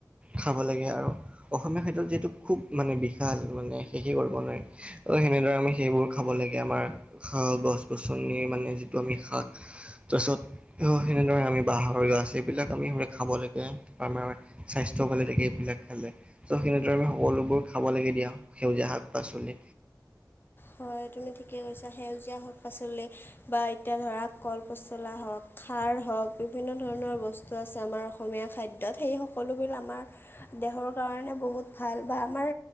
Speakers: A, on the right; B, on the left.
A: খাব লাগে আৰু অসমীয়া খাদ্যত যিহেতু খুব মানে বিশাল মানে শেষে কৰিব নোৱাৰি। ত সেনেদৰে আমি সেইবোৰ খাব লাগে আমাৰ গছ-গছনি মানে যিটো আমি শাক তাৰছত অ সেনেদৰে আমি বাঁহৰ গাজ এইবিলাক আমি আমি খাব লাগে। আমাৰ স্বাস্থ্য স্বাস্থ্যও ভালে থাকে এইবিলাক খালে। চ' সেইনেদৰে আমি সকলোবোৰ খাব লাগে দিয়া সেউজীয়া শাক-পাচলি।
B: হয় তুমি ঠিকে কৈছা। সেউজীয়া শাক-পাচলি বা এতিয়া ধৰা কল পচলা হওক, খাৰ হওক বিভিন্ন ধৰণৰ বস্তু বস্তু আছে আমাৰ অসমীয়া খাদ্যত। সেই সকলোবোৰ আমাৰ দেহৰ কাৰণে বহুত ভাল বা আমাৰ